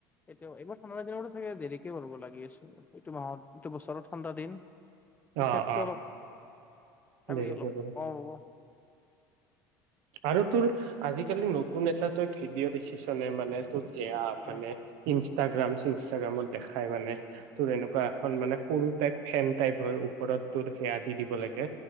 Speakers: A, on the left; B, on the right.
A: এতিয়া এইবাৰ ঠাণ্ডা দিনতো দেৰিকে কৰিব লাগি আছে এইটো মাহত এইটো বছৰত ঠাণ্ডা দিন ইফেক্টটো
B: অ', অ',
A: অলপ ভাবি
B: দেৰিকে
A: অলপ অ হ'ব।
B: আৰু তোৰ আজিকালি নতুন এটা তই ভিডিঅ' দেখিছনে মানে তোৰ এয়া আপে
A: উম
B: ই ইনষ্ট্ৰাগ্ৰামত ইনষ্ট্ৰাগ্ৰামত দেখাই মানে তোৰ এনেকুৱা এখন মানে সৰু টাইপ ফেন টাইপ হয় ওপৰত ত সেয়া দি দিব লাগে।